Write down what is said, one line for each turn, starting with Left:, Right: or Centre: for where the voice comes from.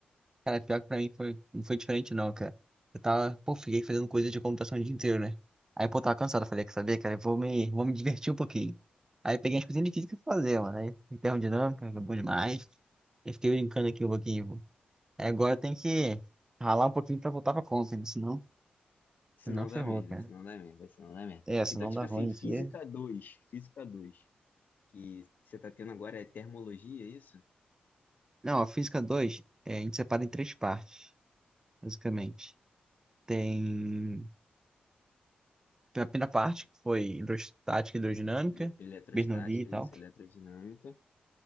Right: Cara, pior que pra mim foi... não foi diferente, não, cara. Eu tava. Pô, fiquei fazendo coisa de computação o dia inteiro, né? Aí, pô, tava cansado. Falei, quer saber, cara? Eu Vou me... vou me divertir um pouquinho. Aí peguei as coisinhas de física pra fazer, mano. Aí, termodinâmica, foi bom demais. Eu fiquei brincando aqui um pouquinho. pô. Aí agora tem que ralar um pouquinho pra voltar pra conta, né? Senão,
Left: Se
Right: senão
Left: não
Right: ferrou,
Left: dá merda,
Right: cara.
Left: se não dá merda, se não dá merda.
Right: É, se
Left: Então,
Right: não
Left: tipo
Right: dá
Left: assim,
Right: ruim
Left: física
Right: aqui. é.
Left: dois física dois que você tá tendo agora é termologia, é isso?
Right: Não, a física 2 é, a gente separa em três partes, basicamente. Tem a primeira parte, que foi hidrostática e hidrodinâmica,
Left: Ele- Eletrostática,
Right: Bernoulli e tal.
Left: isso, eletrodinâmica.